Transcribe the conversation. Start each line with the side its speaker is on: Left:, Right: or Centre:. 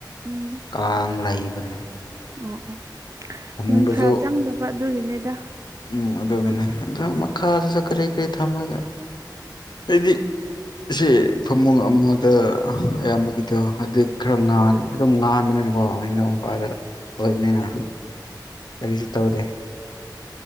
Right: ꯎꯝ
Left: ꯀꯥꯡ ꯂꯩꯕꯅꯦ
Right: ꯑꯣ ꯑꯣ
Left: ꯐꯃꯨꯡꯗꯁꯨ
Right: ꯅꯨꯡꯁꯥ ꯆꯪꯗꯕ ꯑꯗꯨꯒꯤꯅꯤꯗ
Left: ꯎꯝ ꯑꯗꯨꯒꯅꯦ ꯑꯗꯨꯝ ꯃꯈꯥꯗꯁꯨ ꯀꯔꯤ ꯀꯔꯤ ꯊꯝꯃꯒꯦ ꯑꯩꯗꯤ ꯑꯁꯤ ꯐꯃꯨꯡ ꯑꯃꯗ ꯑꯌꯥꯝꯕꯒꯤꯗꯣ ꯑꯗꯩ ꯈꯔ ꯉꯥꯟ ꯑꯗꯨꯝ ꯉꯥꯟꯕꯅꯤꯅꯀꯣ ꯍꯦꯟꯗꯧ ꯃꯄꯥꯗ ꯑꯣꯏꯕꯅꯤꯅ ꯀꯔꯤꯁꯨ ꯇꯧꯗꯦ